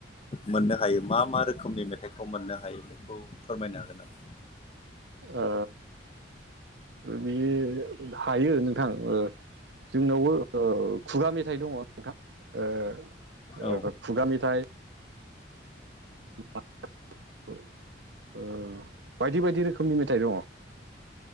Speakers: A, on the left; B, on the right.
A: मोननो हायो मा मा रोखोमनि मेथाइखौ मोननो हायो बेखौ फोरमायनो हागोन नामा?
B: ओ बियो हायो नोंथां ओ जोंनावबो ओ खुगा मेथाइ दङ' नोंथां ओ ओ
A: औ
B: खुगा मेथाइ <unintelligible> ओ बायदि बायदि रोखोमनि मेथाइ दङ'।